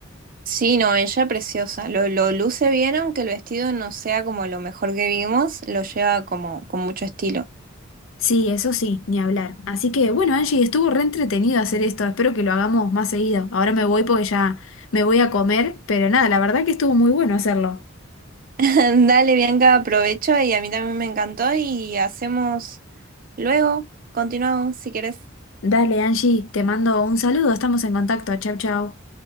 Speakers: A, on the right (about 45°); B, on the left (about 75°).
A: Sí, no, ella preciosa. Lo, lo luce bien, aunque el vestido no sea como lo mejor que vimos, lo lleva como con mucho estilo.
B: Sí, eso sí, ni hablar. Así que bueno, Angie, estuvo re entretenido hacer esto. Espero que lo hagamos más seguido. Ahora me voy porque ya me voy a comer, pero nada, la verdad que estuvo muy bueno hacerlo.
A: <laughs> Dale, Bianca, aprovecho y a mí también me encantó y hacemos luego, continuamos si querés.
B: Dale, Angie, te mando un saludo, estamos en contacto. Chau, chau.